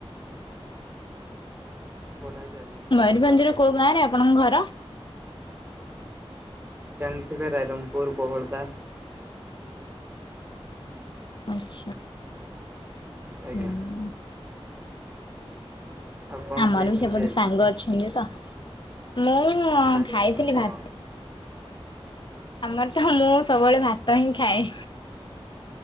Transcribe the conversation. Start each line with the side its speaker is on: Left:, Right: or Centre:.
Right: ବଢା ଚାଲିଛି।
Left: ମୟୂରଭଞ୍ଜରୁ
Right: ପଢା ସରିନି
Left: କୋଉ ଗାଁ ରେ ଆପଣଙ୍କ ଘର?
Right: ଜାଣିଥିବେ ରାଇରଙ୍ଗପୁର ବହଡ଼ଦା।
Left: ଆଛା
Right: ଆଜ୍ଞା
Left: ହୁଁ।
Right: ଆଉ କଣ
Left: ଆମର
Right: ଖାଇଛନ୍ତି
Left: ବି ସେପଟେ
Right: ଆଜି?
Left: ସାଙ୍ଗ ଅଛନ୍ତି ତ ମୁଁ
Right: ଆଚ୍ଛା
Left: ଖାଇଥିଲି
Right: ହଁ
Left: ଭା ଆମର ତ ମୁଁ ସବୁବେଳେ ଭାତ ହିଁ ଖାଏ।